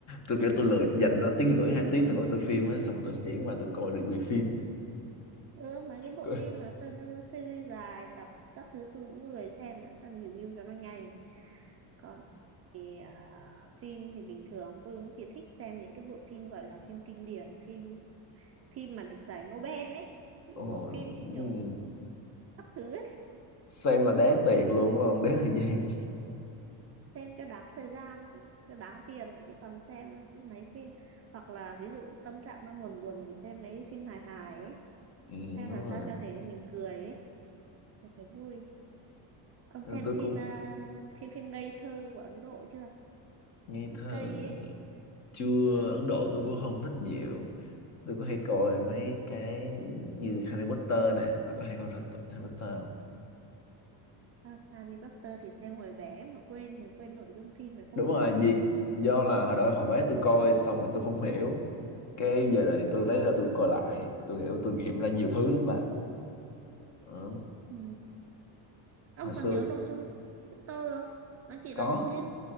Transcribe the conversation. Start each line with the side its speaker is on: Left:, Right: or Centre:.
Left: tôi kiểu tôi lười dành ra tiếng rưỡi hai tiếng tôi gọi tôi phim á xong rồi tôi chuyển qua tôi coi review phim
Right: ừ mấy cái bộ
Left: <laughs>
Right: phim mà seri- series dài tập các thứ tôi cũng lười xem nữa xem review cho nó nhanh còn thì à, phim thì bình thường tôi cũng chỉ thích xem những cái bộ phim gọi là phim kinh điển phim phim mà được giải Nobel ấy những
Left: Ồ,
Right: bộ phim như
Left: ừm,
Right: kiểu các thứ ấy,
Left: xem là đáng tiền luôn đúng không đáng thời gian
Right: xem cho đáng thời gian cho đáng tiền chứ còn xem mấy phim hoặc là ví dụ tâm trạng đang buồn buồn thì xem mấy phim hài hài ấy
Left: ừ,
Right: xem
Left: đúng
Right: làm sao
Left: rồi
Right: cho để cho mình cười ấy để thấy vui ông
Left: Ờ,
Right: xem
Left: tôi cũng
Right: phim à, phim phim ngây thơ của Ấn Độ chưa
Left: nghe thơ
Right: cây
Left: cũng
Right: ấy
Left: được. chưa Ấn Độ tôi cũng không thích nhiều tôi có hay coi mấy cái như Harry Potter nè tôi có hay coi ra tụi Harry Potter không?
Right: à, Harry Potter thì xem hồi bé mà quên là quên nội dung phim này không
Left: đúng rồi
Right: nhớ
Left: việc
Right: nữa
Left: do là hồi đó họ vé tôi coi xong rồi tôi không hiểu cái giờ này tôi lấy ra tôi coi lại tôi hiểu tôi nghiệm ra nhiều thứ lắm bà Ờ,
Right: ừ. ông
Left: hồi xưa
Right: còn nhớ nội dung Harry Potter không nó chỉ
Left: có
Right: là những cái